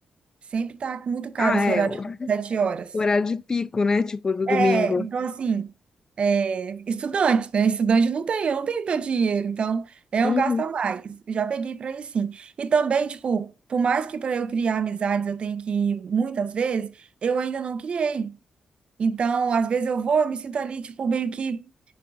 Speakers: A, on the right; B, on the left.
A: Sempre tá muito caro
B: Ah,
A: esse
B: é.
A: horário,
B: O
A: de sete horas.
B: horário de pico, né? Tipo, do domingo.
A: É, então assim, é, estudante, né? Estudante não tem, eu não tenho tanto dinheiro, então é
B: Uhum.
A: um gasto a mais. Já peguei para ir sim. E também, tipo, por mais que para eu criar amizades eu tenho que ir muitas vezes, eu ainda não criei. Então, às vezes eu vou, eu me sinto ali, tipo, meio que.